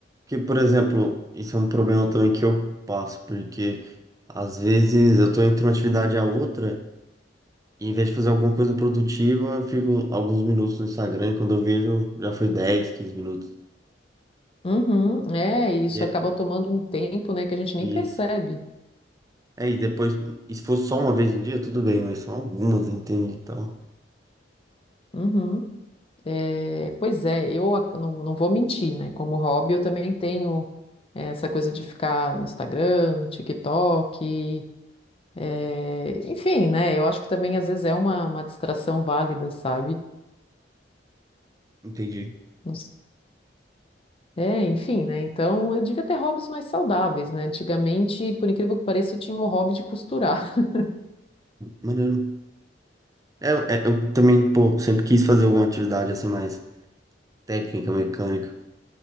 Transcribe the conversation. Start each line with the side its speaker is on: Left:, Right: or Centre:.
Right: que, por exemplo, isso é um problema também que eu passo, porque às vezes eu tô entre uma atividade a outra, e em vez de fazer alguma coisa produtiva, eu fico alguns minutos no Instagram, e quando eu vejo, já foi 10 15 minutos.
Left: Uhum, é, e isso
Right: E é
Left: acaba tomando um tempo, né, que a gente
Right: isso.
Left: nem percebe.
Right: É, e depois, e se fosse só uma vez no dia, tudo bem, mas são algumas, entende? Então,
Left: Uhum. É, pois é, eu ac- não, não vou mentir, né? Como hobby, eu também tenho é, essa coisa de ficar no Instagram, no TikTok. É, enfim, né? Eu acho que também às vezes é uma, uma distração válida, sabe?
Right: entendi.
Left: Não s- É, enfim, né? Então eu devia ter hobbies mais saudáveis, né? Antigamente, por incrível que pareça, eu tinha o hobby de costurar. <laughs>
Right: Maneiro. É, é, eu também, pô, sempre quis fazer alguma atividade assim mais técnica, mecânica.